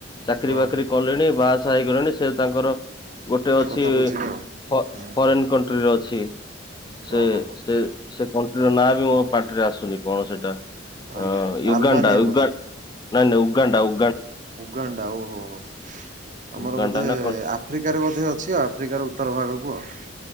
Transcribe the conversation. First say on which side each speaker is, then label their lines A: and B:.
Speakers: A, on the left; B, on the right.
A: ଚାକିରି
B: ହଁ
A: ବାକିରି
B: ହଁ
A: କଲେଣି ବାହାସାହା ହେଇଗଲେଣି ସେ ତାଙ୍କର ଗୋଟେ ଅଛି
B: କଥା ବୁଝିବେ ଆଉ।
A: ପ
B: ହୁଁ
A: ଫରେନ୍ କଣ୍ଟ୍ରିରେ ଅଛି। ସେ
B: ଓହୋ ହୋ
A: ସେ ସେ କଣ୍ଟ୍ରିର ନାଁ ବି ମୋ ପାଟିରେ ଆସୁନି କଣ ସେଇଟା।
B: ଆଜ୍ଞା
A: ହଁ
B: ଆଜ୍ଞା
A: ୟୁଗାଣ୍ଡା
B: ଆଲବାନିଆ
A: ୟୁଗା
B: ବୋଧେ
A: ନାଇଁ ନାଇଁ ଉଗାଣ୍ଡା ଉ
B: ଉଗାଣ୍ଡା ଓହୋ ହୋ ଆମର
A: ଉଗାଣ୍ଡା
B: ବୋଧେ
A: ନା କଣ
B: ଆ ଆଫ୍ରିକାରେ ବୋଧେ ଅଛି ଆଉ ଆଫ୍ରିକାର ଉତ୍ତର ଭାଗକୁ ଆଉ।